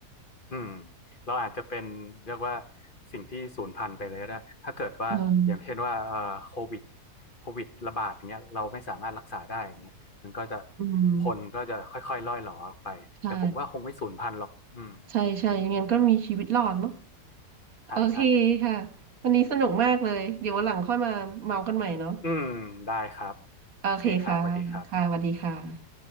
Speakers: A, on the left; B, on the right.
A: อืมเราอาจจะเป็นเรียกว่าสิ่งที่สูญพันธุ์ไปเลยก็ได้ถ้าเกิดว่าอย่างเช่นว่าเอ่อโควิด
B: เออ
A: โควิดระบาดอย่างเงี้ยเราไม่สามารถรักษาได้อย่างเงี้ยมันก็จะ
B: อืม
A: คนก็จะค่อยๆล่อยหลอออกไปแต่ผมว่าคงไม่สูญพันธุ์หรอกอืม
B: ใช่ใช่ใช่ยังไงมันก็มีชีวิตรอดเนาะ
A: ใช่ใช่
B: โอเคค่ะวันนี้สนุกมากเลยเดี๋ยววันหลังค่อยมาเมากันใหม่เนาะ
A: อืมได้ครับโอเคครับสวัสดีครับ
B: โอเคค่ะค่ะสวัสดีค่ะ